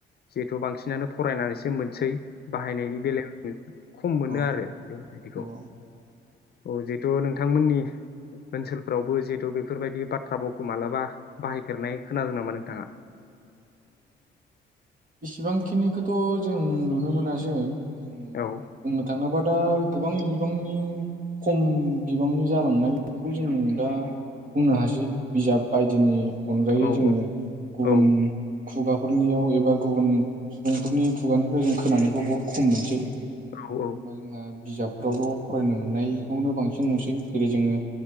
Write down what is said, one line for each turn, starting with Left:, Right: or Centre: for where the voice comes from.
Left: जिहेथु बांसिनानो फरायनानैसो मोनसै। बाहायनायनि बेलायाव ज खम मोनो
Right: औ
Left: आरो बेफोरबायदिखौ
Right: औ
Left: औ जिहेतु नोंथांमोननि ओनसोलफ्रावबो जिहेथु बेफोरबायदि बाथ्रा भावखौ मालाबा बाहायफेरनाय खोनादों नामा नोंथाङा?
Right: इसिबांखिनिखोथ जों नुनो मोनासै। जों
Left: औ
Right: बुंनो थाङोबा। दा गोबां बिबांनि खम बिबांनि जालांनायखौ जों दा बुंनो हासै बिजाब बायदिनि अनगायै
Left: औ
Right: जोङो गुबुन
Left: औ
Right: खुगाफोरनियाव एबा गुबुन सुबुंफोरनि खुगानिफ्राय जों खोनानायखौ बहुत खम मोनसै। <unintelligible>
Left: औ
Right: बिजाबफोरावल फरायनो मोननायखौनो बांसिन नुसै। जेरै जोङो